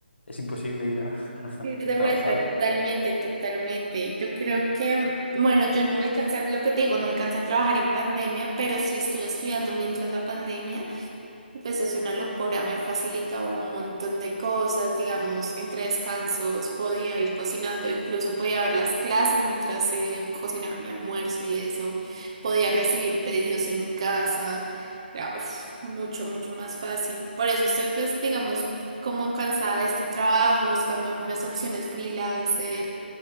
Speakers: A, on the left; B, on the right.
A: es imposible ir a, <laughs>
B: Ir de
A: a trabajar.
B: vuelta, totalmente, totalmente. Yo creo que, bueno, yo no alcancé, a- lo que te digo, no alcancé a trabajar en pandemia, pero sí estuve estudiando mientras la pandemia. Y pues es una locura, me facilitaba un montón de cosas, digamos, entre descansos podía ir cocinando, incluso podía ver las clases mientras eh, cocinaba mi almuerzo y eso, podía recibir pedidos en mi casa, era uf, mucho, mucho más fácil. Por eso estoy pues, digamos, como cansada de este trabajo, buscando algunas opciones freelancer